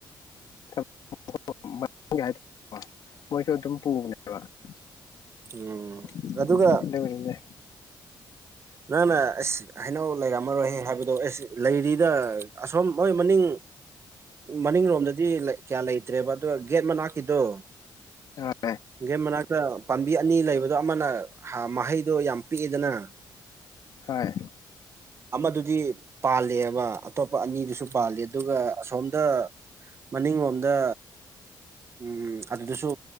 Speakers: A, on the left (about 60°); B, on the right (about 35°).
A: ꯍꯥꯏꯇꯥꯔꯦꯣ ꯃꯣꯏꯁꯨ ꯑꯗꯨꯝ ꯄꯅꯦꯅꯤꯗꯦ
B: ꯎꯝ ꯑꯗꯨꯒ ꯅꯪꯅ ꯑꯁ ꯍꯩꯅꯧ ꯂꯩꯔꯝꯃꯔꯣꯏꯍ ꯍꯥꯏꯕꯗꯣ ꯑꯦꯁ ꯂꯩꯔꯤꯗ ꯑꯁꯣꯝ ꯃꯣꯏ ꯃꯅꯤꯡ ꯃꯅꯤꯡꯂꯣꯝꯗꯗꯤ ꯀꯌꯥ ꯂꯩꯇ꯭ꯔꯦꯕ ꯑ ꯒꯦꯠ ꯃꯅꯥꯛꯀꯤꯗꯣ
A: ꯍꯣꯏ
B: ꯦ ꯃꯅꯥꯒ꯭ꯔ ꯄꯥꯝꯕꯤ ꯑꯅꯤ ꯂꯩꯕꯗꯣ ꯑꯃꯅ ꯃꯍꯩꯗꯣ ꯌꯥꯝ ꯄꯤꯛꯑꯦꯗꯅ
A: ꯍꯣꯏ
B: ꯑꯃꯗꯨꯗꯤ ꯄꯥꯜꯂꯦꯕ ꯑꯇꯣꯞꯄ ꯑꯅꯤꯗꯨꯁꯨ ꯄꯥꯜꯂꯤꯦ ꯑꯗꯨꯒ ꯑꯁꯣꯝꯗ ꯃꯅꯤꯡꯂꯣꯝꯗ ꯎꯝ ꯑꯗꯨꯗꯁꯨ